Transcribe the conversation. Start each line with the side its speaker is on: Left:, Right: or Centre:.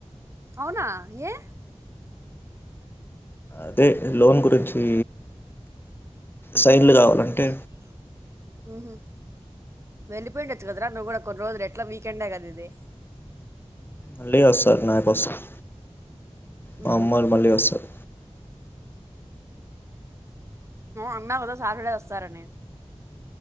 Right: అవునా ఏ
Left: అదే లోన్ గురించి
Right: ఉం
Left: సైన్లు
Right: <unintelligible>
Left: కావాలంటే
Right: హు హామ్ వెళ్లిపోయిండొచ్చు కదరా నువ్వు కూడా కొన్ని రోజులు ఎట్లా వీకెండ్ కద నీది
Left: మళ్లిీ వ సార్ నా పసార్ మా
Right: ఉహుం.
Left: <unintelligible> అమ్మలు మళ్లిీ అ సార్
Right: అన్నా <unintelligible> కదా సార్డే వస్తారని